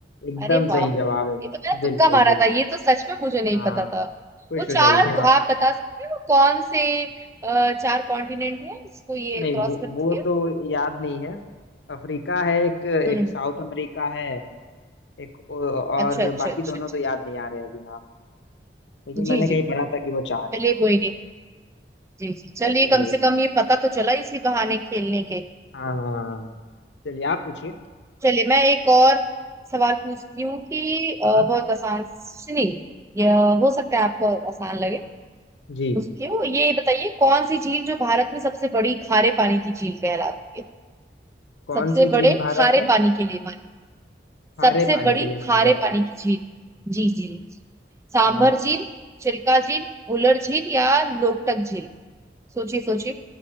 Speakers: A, on the left; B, on the right.
A: एकदम
B: अरे वाह
A: सही जवाब है
B: ये तो मैंने
A: बिल्कुल
B: तुक्का मारा
A: बिल्कुल
B: था ये तो सच में मुझे नहीं
A: हाँ
B: पता था
A: खुश
B: वो
A: हो
B: चार
A: जाइए आप
B: आप बता सकते हो कौन से अ, चार कॉन्टिनेंट है जिसको ये
A: नहीं
B: क्रॉस
A: वो
B: करती
A: वो
B: है
A: तो याद नहीं है अफ्रीका है एक एक
B: हम्म
A: साउथ अमेरिका है एक और
B: अच्छा अच्छा
A: बाकी
B: अच्छा
A: दोनों
B: अच्छा
A: तो याद नहीं आ रहे अभी नाम लेकिन
B: अच्छा।
A: मैंने
B: जी जी
A: कहीं
B: जी
A: पढ़ा था कि वो चार है
B: चलिए कोई नहीं जी जी चलिए
A: चलिए
B: कम से कम ये पता तो चला इसी बहाने खेलने के
A: हाँ चलिए आप पूछिए
B: चलिए मैं एक और सवाल पूछती हूँ कि अ,
A: हाँ
B: बहुत आसान नहीं यह हो सकता है आपको आसान लगे
A: जी
B: क्यों ये बताइए कौन सी झील जो भारत में सबसे बड़ी खारे पानी की झील कहलाती है
A: कौन
B: सबसे
A: सी झील
B: बड़े
A: भारत
B: खारे
A: में
B: पानी के लिए मानी
A: खारे
B: सबसे
A: पानी
B: बड़ी
A: के लिए मानी
B: खारे
A: जाती
B: पानी
A: है
B: की झील जी जी सांभर
A: आ,
B: झील चिल्का झील उलर झील या लोकटक झील सोचिए सोचिए